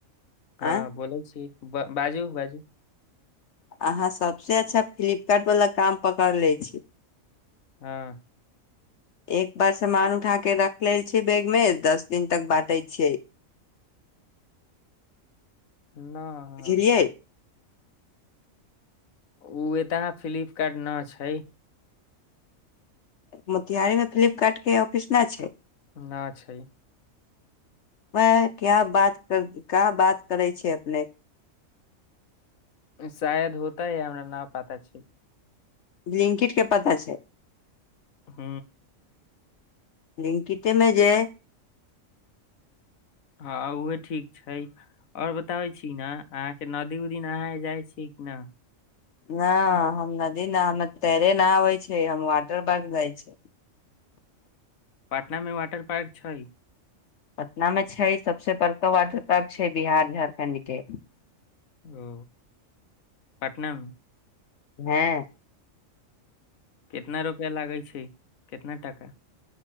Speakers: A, on the left (about 80°); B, on the left (about 60°).
A: हँ
B: आय
A: बोलै छी बाजू बाज
B: अहाँ सबसे अच्छा फ्लिपकार्ट वला काम पकड़ ले छ
A: ह
B: एक बार सामान उठा के रख लेल छियै बैग मे दस दिन तक बादै छिय
A: नह
B: बुझलियै
A: ओ एतह फ्लिपकार्ट न छ
B: मोतिहारी मे फ्लिपकार्ट के ऑफिस न छ
A: न छ
B: वए क्या बात कर क बात करै छै अपन
A: शायद होत ह हमरा न पाता छ
B: लिंकिड के पता छ
A: ह
B: लिंकिते मे जे
A: हँ उह ठीक छ आओर बताबै छी ने अहाँके नदी उदी नहा जाइ छी कि
B: न हम नदी न हम तैरे न आबै छै हम वाटर बर्क जाइ छ
A: पटना मे वाटर पार्क छ
B: पटना मे छै सबसँ बड़का वाटर पार्क छै बिहार झारखण्ड क
A: ओ पटनाम
B: ह
A: कितना रुपआ लागे छै कितना टाक